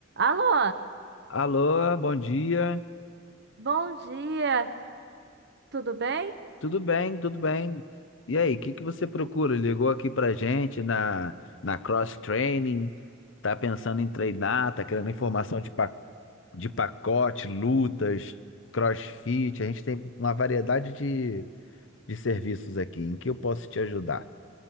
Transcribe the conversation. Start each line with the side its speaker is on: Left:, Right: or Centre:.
Right: Alô,
Left: Alô, bom dia.
Right: bom dia, tudo bem?
Left: Tudo bem, tudo bem. E aí, o que que você procura? Ligou aqui pra gente na, na Cross Training? Tá pensando em treinar? Tá querendo informação de, pa, de pacote, lutas, CrossFit? A gente tem uma variedade de, de serviços aqui. Em que eu posso te ajudar?